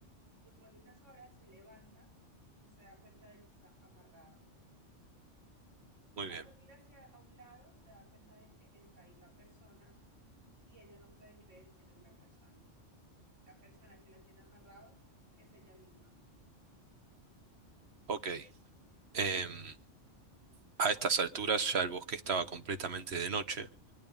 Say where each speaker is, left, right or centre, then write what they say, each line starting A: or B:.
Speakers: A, on the right; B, on the right.
A: Después de unas horas se levanta y se da cuenta de que está amarrada.
B: Muy
A: Cuando
B: bien.
A: mira hacia a un lado, se da cuenta de que está ahí la persona y ella no puede creer quién es la persona. La persona que la tiene amarrado es ella misma.
B: Ok. Em, a estas alturas ya el bosque estaba completamente de noche.